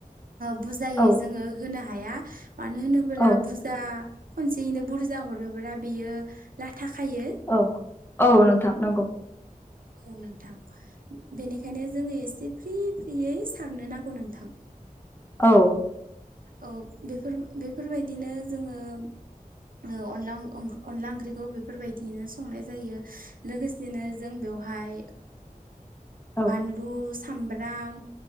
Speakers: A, on the right; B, on the left.
A: बुजायै
B: औ
A: जोङो होनो हाया मानो होनोब्ला
B: औ
A: जाा खनसेयैनो बुरजा हरोब्ला बेयो लाथाखायो
B: औ औ नोंथां नंगौ
A: औ नोंथां बेनिखायनो जोङो एसे फ्रि फ्रियै सारनो नांगौ नोंथां
B: औ
A: औ बेफोर बेफोरबायदिनो जोङो अन अनला ओंख्रिखौ बेफोरबायदिनो संनाय जायो लोगोसे बिदिनो जों बेवहाय
B: औ
A: बानलु सामब्राम